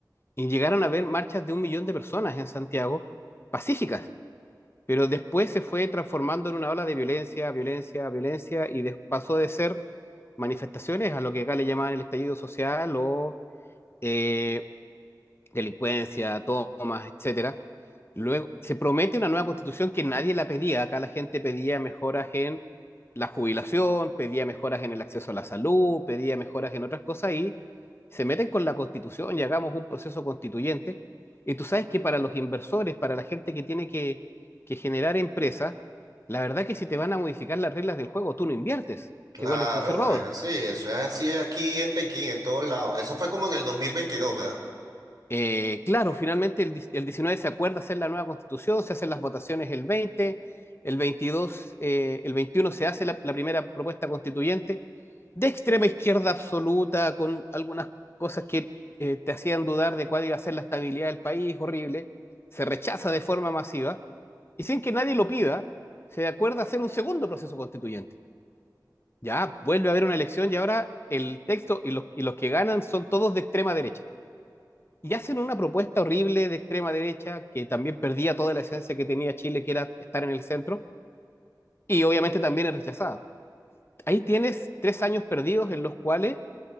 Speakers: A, on the left; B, on the right.
A: y llegaron a haber marchas de un millón de personas en Santiago, pacíficas, pero después se fue transformando en una ola de violencia, violencia, violencia, y de- pasó de ser manifestaciones a lo que acá le llamaban el estallido social o eh, delincuencia, tomas, etcétera. Luego se promete una nueva constitución que nadie la pedía. Acá la gente pedía mejoras en la jubilación, pedía mejoras en el acceso a la salud, pedía mejoras en otras cosas y se meten con la constitución y hagamos un proceso constituyente. Y tú sabes que para los inversores, para la gente que tiene que, que generar empresas, la verdad que si te van a modificar las reglas del juego, tú no inviertes,
B: Claro,
A: te vuelves conservador.
B: es así, eso es así aquí en Pekín, en todos lados. Eso fue como en el dos mil veintidós ¿verdad?
A: Eh, claro, finalmente el, dis- el 19 se acuerda hacer la nueva constitución, se hacen las votaciones el 20, el 22, eh, el 21 se hace la, la primera propuesta constituyente de extrema izquierda absoluta, con algunas cosas que eh, te hacían dudar de cuál iba a ser la estabilidad del país, horrible, se rechaza de forma masiva y sin que nadie lo pida, se acuerda hacer un segundo proceso constituyente. Ya vuelve a haber una elección y ahora el texto y los, y los que ganan son todos de extrema derecha y hacen una propuesta horrible de extrema derecha que también perdía toda la esencia que tenía Chile, que era estar en el centro, y obviamente también es rechazada. Ahí tienes tres años perdidos en los cuales